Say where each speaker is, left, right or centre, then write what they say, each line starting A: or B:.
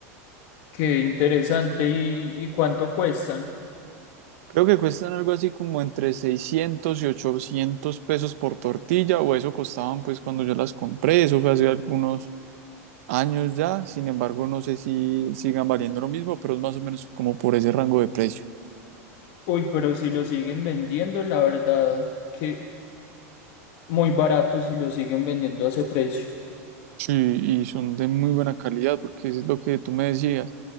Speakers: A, on the left (about 50°); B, on the right (about 65°).
A: Qué interesante. ¿Y, y cuánto cuestan?
B: Creo que cuestan algo así como entre 600 y 800 pesos por tortilla o eso costaban pues cuando yo las compré, eso fue hace algunos años ya, sin embargo no sé si sigan valiendo lo mismo, pero es más o menos como por ese rango de precio.
A: Uy, pero si lo siguen vendiendo, la verdad que muy barato si lo siguen vendiendo a ese precio.
B: Sí, y son de muy buena calidad, porque es lo que tú me decías.